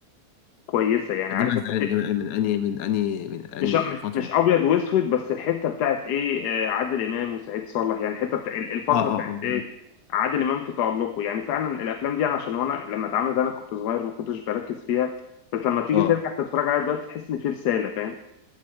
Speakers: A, on the left; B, on the left.
A: كويسه يعني
B: قديم
A: عارف
B: ازاي
A: انت في
B: من اني من اني من اني
A: مش مش
B: فتره
A: مش ابيض واسود بس الحته بتاعت ايه آه، عادل امام وسعيد صالح يعني الحته بتاع الفتره
B: اه اه
A: بتاعت ايه
B: اه
A: عادل امام في تألقه يعني فعلا الافلام دي عشان وانا لما اتعملت انا كنت صغير ما كنتش بركز فيها بس لما تيجي
B: اه
A: ترجع تتفرج عليها دلوقتي تحس ان في رساله فاهم